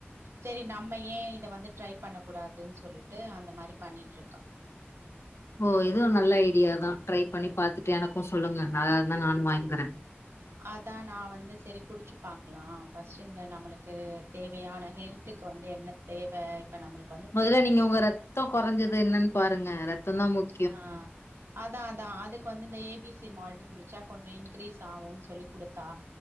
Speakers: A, on the right; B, on the left.
A: சரி நம்ம ஏ இத வந்து ட்ரை பண்ண கூடாதுன் சொல்லிட்டு அந்த மாரி பண்ணிட்ருக்கா
B: ஓ இது நல்ல ஐடியாதா ட்ரை பண்ணி பாத்துட்டு எனக்கு சொல்லுங்க நல்லாருந்தா நானு வாய்ன்ங்குற
A: அதா நா வந்து சரி குடிச்சு பாக்கலா ஃபர்ஸ்ட்டு இந்த நம்மளுக்கு தேவையான ஹெல்த்துக்கு வந்து என்ன தேவ இப்ப நம்மளுக்
B: மொதல்ல நீங்க உங்க ரத்தோ குறைஞ்சது என்னன் பாருங்க ரத்தம் தான் முக்
A: ஆ அதா அதா அதுக்கு வந்து இந்த ஏபிசி மால்ட் குடிச்சா கொஞ்சோ இன்க்ரீஸ் ஆவுன் சொல்லி குடுத்தா